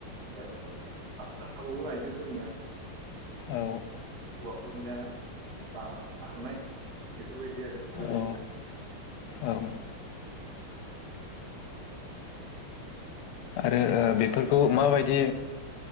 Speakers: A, on the right; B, on the left.
A: हासार थाबावो आइजोफोरनिया
B: औ
A: हौवाफोरनिया ब आर'नाय बेफोरबायदि आरो गोदोनिया
B: औ औ आरो बेफोरखौ माबायदि